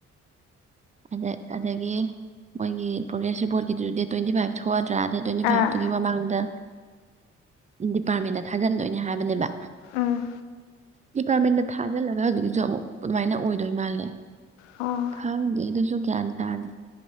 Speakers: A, on the right; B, on the left.
A: ꯑꯗ ꯑꯗꯒꯤ ꯃꯣꯏꯒꯤ ꯄ꯭ꯔꯣꯒ꯭ꯔꯦꯁ ꯔꯤꯄꯣꯔꯠꯀꯤꯗꯨ ꯗꯦꯠ ꯇ꯭ꯋꯦꯟꯇꯤ ꯐꯥꯏꯚ ꯊꯣꯛꯑ ꯗꯦꯠ ꯇ꯭ꯋꯦꯟꯇꯤ ꯐꯥꯏꯚꯨꯒꯤ
B: ꯑꯥ
A: ꯃꯃꯥꯡꯗ ꯗꯤꯄꯥ꯭ꯔꯠꯃꯦꯟꯗ ꯊꯥꯖꯤꯟꯗꯣꯏꯅꯦ ꯍꯥꯏꯕꯅꯦꯕ
B: ꯎꯝ
A: ꯗꯤꯄꯥ꯭ꯔꯠꯃꯦꯟꯗ ꯊꯥꯖꯤꯜꯂꯒ ꯍꯧꯖꯤꯛꯀꯤꯁꯨ ꯑꯃꯨꯛ ꯑꯗꯨꯃꯥꯏꯅ ꯑꯣꯏꯗꯣꯏ ꯃꯥꯜꯂꯦ
B: ꯑꯣ
A: ꯈꯪꯗꯦ ꯑꯗꯨꯁꯨ ꯒꯌꯥꯟ ꯇꯥꯗꯦ